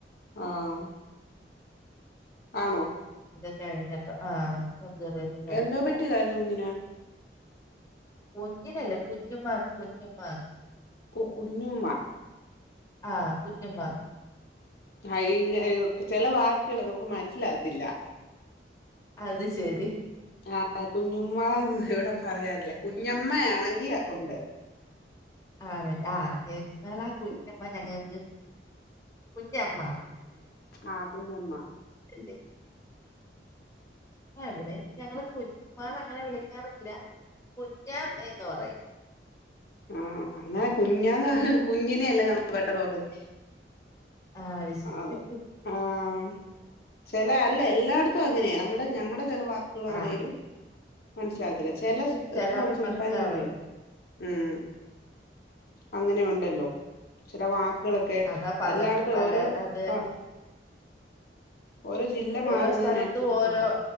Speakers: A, on the left; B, on the left.
A: ആഹ് ആണോ
B: കഴിഞ്ഞല്ലോ ആഹ് സർജറിയൊക്കെ കഴിഞ്ഞിട്ടാ
A: എന്തോ പറ്റിയതായിരുന്നു കുഞ്ഞിന്
B: കുഞ്ഞിനല്ല കുഞ്ഞുംമാക്ക് കുഞ്ഞുംമാക്ക്
A: കൊ കുഞ്ഞുമ്മ
B: ആഹ് കുഞ്ഞു മാ
A: ആ ഇങ്ങ ചില വാക്കുകൾ നമുക്ക് മനസ ഇല്ല അതില്ല
B: അത് ശരി
A: ആഹ് കുഞ്ഞു. ആഹ് ഇവിടെ പറയാറില്ല കുഞ്ഞമ്മയാണെങ്കി ഉണ്ട്
B: അതെ ആഹ് നിങ്ങളുടെ കുഞ്ഞമ്മ ഞങ്ങൾക്ക് കുഞ്ഞമ്മ
A: ആഹ് കുഞ്ഞമ്മ
B: എന്ത് ആഹ് ഇവിടെ ഞങ്ങള് കുഞ്ഞമ്മാന്ന് അങ്ങനെ വിളിക്കാറില്ല കുഞ്ഞ എന്ന് പറയും
A: ആഹ് ആഹ് അങ്ങനെ കുഞ്ഞാന്ന് കുഞ്ഞിനെയല്ലേ നമ്മൾ പെട്ടെന്ന് ഓർക്കുന്നത്
B: ആഹ് അത് ശരി
A: അതെ ആഹ് ചില അല്ല എല്ലായിടത്തും അങ്ങനെയാ ഇവിടെ ഞങ്ങ ചില വാക്കുകളാണേലും
B: ആഹ്
A: മനസ് സിലാവത്തില്ല ചില
B: ഉം ചില
A: ഇതില് നമ്മള് സംസാരിക്കുമ്പോഴേ
B: മനസ്സിലാവാതെ
A: ഉം അങ്ങനെയുണ്ടല്ലോ ചില വാക്ക് വാക്കുകളൊക്കെ
B: അതാ പല
A: എല്ലായിടത്തും
B: പല
A: ഓരോ
B: അത് തന്നെ
A: ആഹ് ഓരോ ജില്ല
B: ഓരോ
A: മാറുന്നതിനനുസരിച്ച്
B: സ്ഥലത്തും ഓരോ
A: മാറും